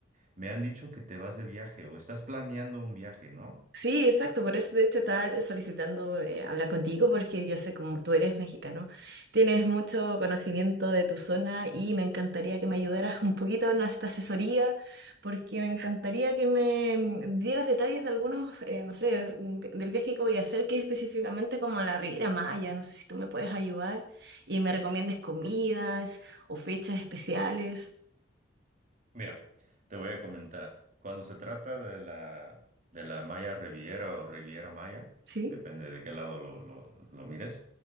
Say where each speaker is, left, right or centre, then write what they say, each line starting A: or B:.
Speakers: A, on the right; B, on the right.
A: me han dicho que te vas de viaje o estás planeando un viaje, ¿no?
B: Sí, exacto, por eso de hecho estaba eh, solicitando eh, hablar contigo porque yo sé como tú eres mexicano, tienes mucho conocimiento de tu zona y me encantaría que me ayudaras un poquito en esta asesoría porque me encantaría que me mm, dieras detalles de algunos, eh, no sé, mm, del viaje que voy a hacer, que es específicamente como a la Riviera Maya, no sé si tú me puedes ayudar y me recomiendes comidas o fechas especiales,
A: Mira, te voy a comentar. Cuando se trata de la, de la Maya Riviera o Riviera Maya,
B: ¿sí?
A: depende de qué lado lo, lo- lo mires,